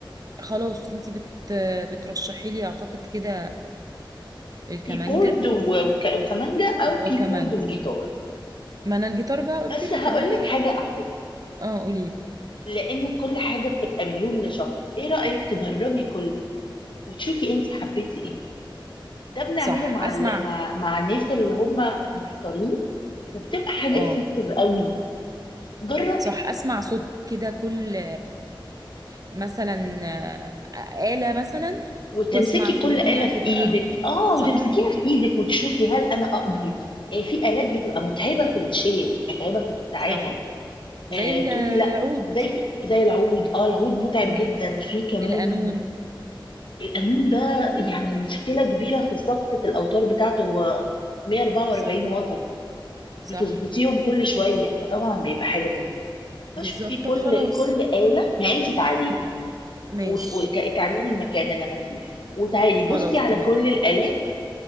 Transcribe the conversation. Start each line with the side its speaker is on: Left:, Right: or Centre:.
Right: خلاص انت بت بترشحي لي اعتقد كده الكمانجا
Left: كيبورد و- وك- وكمانجة او
Right: وكمانجا
Left: كيبورد وجيتار
Right: ما انا الجيتار بقى
Left: بس
Right: قلت لك
Left: هقول
Right: ان انا
Left: لك حاجة احلى
Right: اه قولي
Left: لان كل حاجة بتبقى ميول لشخص ايه رأيك تجربي كله وتشوفي انت حبيتي ايه ده بنعمله
Right: صح
Left: مع
Right: اسمع
Left: ال... مع مع الناس اللي هم محتارين وبتبقى حاجه
Right: اه
Left: افكتيف قوي جربي
Right: صح اسمع صوت كده كل مثلا آه، آلة مثلا
Left: وتمسكي
Right: واسمع في
Left: كل
Right: ودني
Left: آلة في
Right: هتبقى
Left: ايدك اه
Right: صح
Left: وتمسكيها في ايدك وتشوفي هل انا اقدر يعني في آلات بتبقى متعبه في الشيل متعبه في التعامل
Right: صح زي
Left: آه تقولي لا
Right: العود
Left: زي زي العود اه العود متعب
Right: آه،
Left: جدا في كمان
Right: القانون
Left: القانون ده يعني مشكله كبيره في ضبطه الاوتار بتاعته هو 144
Right: صح
Left: وتر
Right: صح
Left: بتظبطيهم كل شويه فطبعا بيبقى حاجه مرهقه
Right: بالظبط
Left: فشوف في كل
Right: طب خلاص
Left: كل آلة ما انت تعالي
Right: مم.
Left: لي
Right: ماشي
Left: وتعالي لي المكان اللي انا فيه وتعالي
Right: خلاص
Left: بصي على
Right: تمام
Left: كل الآلات